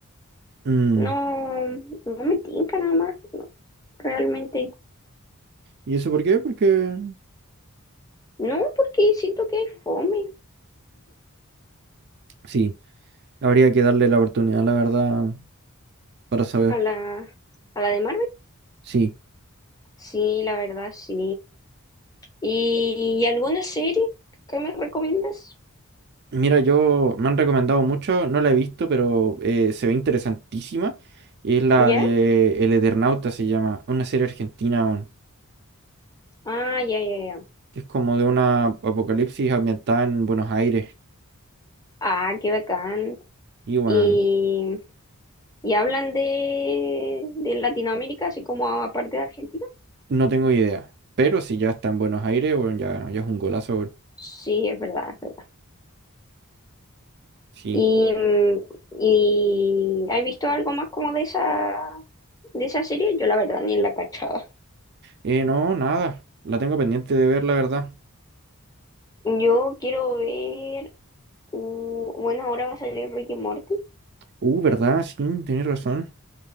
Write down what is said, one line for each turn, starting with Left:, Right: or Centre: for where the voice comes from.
Right: Mm,
Left: No, no me tinca nada más, no, realmente.
Right: ¿Y eso por qué? Porque
Left: No, porque siento que hay fome
Right: sí, habría que darle la oportunidad, la verdad. para saber.
Left: a la, a la de Marvel.
Right: Sí.
Left: Sí, la verdad, sí. ¿Y, y alguna serie que me recomiendas?
Right: Mira, yo me han recomendado mucho, no la he visto, pero eh, se ve interesantísima. Es la
Left: ¿Ya?
Right: de El Eternauta, se llama, una serie argentina, weón,
Left: Ah, ya, ya, ya.
Right: que es como de una apocalipsis ambientada en Buenos Aires.
Left: Ah, qué bacán.
Right: Y bueno,
Left: Y, y hablan de, de Latinoamérica, así como aparte de Argentina.
Right: no tengo idea. Pero si ya está en Buenos Aires, bueno, ya, ya es un golazo, weón.
Left: Sí, es verdad, es verdad.
Right: Sí.
Left: Y, mm, y ¿has visto algo más como de esa, de esa serie? Yo la verdad ni la cachaba.
Right: Eh, no, nada. La tengo pendiente de ver, la verdad.
Left: Yo quiero ver, uh, bueno, ahora va a salir Ricky Morty.
Right: Uh, ¿verdad? Sí, tienes razón.